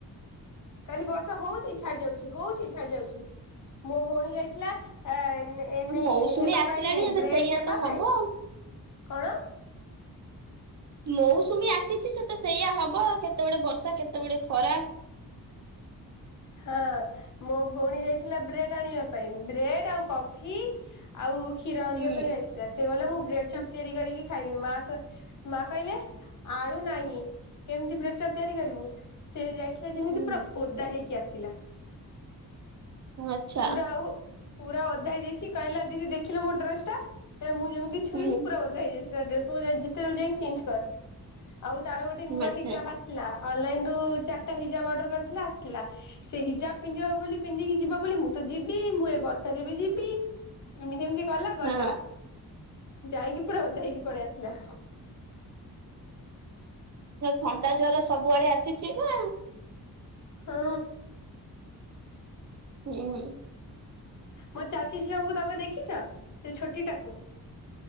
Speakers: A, on the left (about 50°); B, on the right (about 50°).
A: କାଲି ବର୍ଷା ହଉଛି ଛାଡି ଯାଉଛି, ହଉଛି ଛାଡି ଯାଉଛି ମୋ ଭଉଣୀ ଯାଇଥିଲା ଏ, ଏ ନେଇେଇ
B: ମୌସୁମୀ
A: ନେବା
B: ଆସିଲାଣି
A: ପାଇଁ
B: ଏବେ
A: ବ୍ରେଡ
B: ସେଇଆ
A: ନେବା
B: ତ ହବ
A: ପାଇଁ
B: ଆଉ।
A: କଣ?
B: ମୋସୁମୀ ଆସିଛି ସେ ତ ସେଇଆ ହବ, କେତେବେଡେ ବର୍ଷା, କେତେବେଡେ ଖରା
A: ହଁ <inaudible> ହଁ ମୋ ଭଉଣୀ ଯାଇଥିଲା ବ୍ରେଡ ଆଣିବା ପାଇଁ ବ୍ରେଡ ଆଉ କଫି ଆଉ କ୍ଷୀର ଆଣିବା
B: ହୁଁ
A: ପାଇଁ ଯାଇଥିଲା ସେ ଗଲା ମୁଁ ବ୍ରେ ପ୍ ତିଆରି କରିକି ଖାଇବି ମା ମା କହିଲେ ଆଳୁ ନାହିଁ। କେମିତି ବ୍ରେଡଚପ ତିଆରି କରିବୁ ସେ ଯାଇଥିଲା ଯେମିତି
B: ହୁଁ
A: ପୁରା ଓଦା ହେଇକି ଆସିଲା।
B: ଆଛା।
A: ପୁରା ପୁରା ଓଦା ହେଇଯାଇଚି କହିଲା ଦିଦି ଦେଖିଲ ମୋ ଡ୍ରେସ ଟା ମୁଁ ଯେମିତି ଛୁଇଁଲି
B: ହୁଁ
A: ପୁରା ଓଦା ହେଇଯାଇଛି। ସେ ଡ୍ରେସକୁ ଯେତେବେଳେ ଯାଇକି ଚେଞ୍ଜ କର ଆଉ ତାର ଗୋଟେ ନୂଆ
B: ଆଚ୍ଛା
A: ହିଜାବ ଆସିଲା। ଅନଲାଇନରୁ ଚାରିଟା ହିଜାବ ଅର୍ଡର କରିଥିଲା ଆସିଥିଲା ସେ ହିଜାବ ପିନ୍ଧିବ ବୋଲି ପିନ୍ଧିକି ଯିବ ବୋଲି ମୁଁ ତ ଯିବି ମୁଁ ଏ ବର୍ଷରେ ବି ଯିବି ଏମିତି ଏମିତି ଗଲା ଗଲା
B: ହଁ
A: ଯାଇକି ପୁରା ଓଦା ହେଇକି ପଳେଇ ଆସିଲା।
B: ଥଣ୍ଡା ଜର ସବୁଆଡେ ଆସିଚି ଏବେ
A: ହଁ।
B: ହୁଁ।
A: ମୋ ଚାଚୀ ଝିଅଙ୍କୁ ତମେ ଦେଖିଛ ସେ ଛୋଟି ଟାକୁ